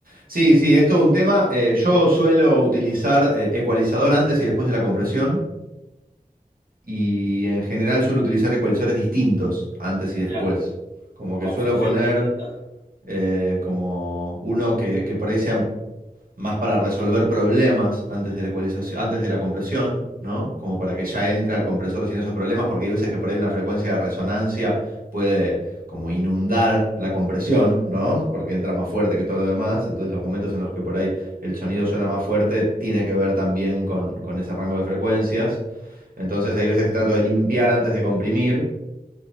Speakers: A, on the right; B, on the left.
A: Sí, sí, es todo un tema. Eh, yo suelo utilizar eh, ecualizador antes y después de la compresión y en general suelo utilizar ecualizadores distintos antes y después.
B: Claro.
A: Como que
B: con
A: suelo
B: funciones
A: poner
B: distintas.
A: eh, como uno que, que por ahí sea más para resolver problemas antes de la ecualización, antes de la compresión, ¿no? Como para que ya entre al compresor sin esos problemas, porque hay veces que por ahí una frecuencia de resonancia puede como inundar la compresión, ¿no? Porque entra más fuerte que todo lo demás, entonces los momentos en los que por ahí el sonido suena más fuerte tiene que ver también con, con ese rango de frecuencias, entonces hay veces que trato de limpiar antes de comprimir